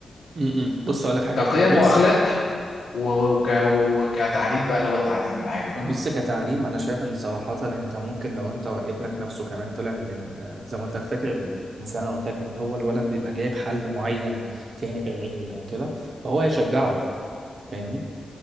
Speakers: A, on the right; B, on the left.
A: م- م. بص اقول لك حاجة
B: كقيم
A: التدريس
B: وأخلاق و- وك- وكتعليم بقى اللي هو التعليم العادي بقى
A: بص كتعليم انا شايف ان صراحه انت ممكن لو انت ابنك نفسه كمان طلع ان ال- آه، زي ما قلت لك فاكر الانسان انا قلت لك ان هو الولد بيبقى جايب حل معين تاني غير ال- آه، كده فهو هيشجعه فاهمني